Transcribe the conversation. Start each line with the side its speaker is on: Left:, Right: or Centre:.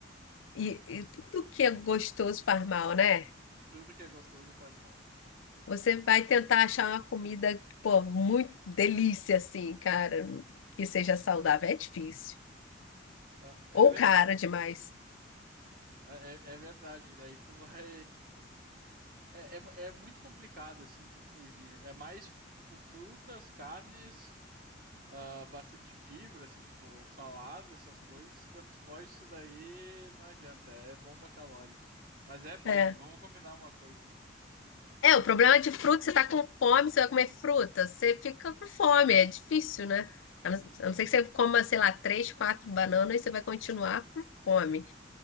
Left: e, e tudo que é gostoso faz mal, né?
Right: Tudo que é gostoso faz mal.
Left: Você vai tentar achar uma comida, pô, muito delícia, assim, cara, que seja saudável. É difícil.
Right: Ah, É,
Left: Ou
Right: ver-
Left: cara demais.
Right: é, é é verdade, daí tu vai. É, é, mu- é muito complicado, assim, tu fugir. É mais, tipo, frutas, carnes, ah, bastante fibra, assim, tipo salada, essas coisas. Quando tu foge disso daí, não adianta, é bomba calórica. Mas é bom,
Left: É.
Right: né? Vamos combinar uma coisa.
Left: É, o problema é de fruta, você tá com fome, você vai comer fruta, você fica com fome, é difícil, né?
Right: Uhum,
Left: A não, a não ser que você coma, sei lá, três, quatro bananas e você vai continuar com fome.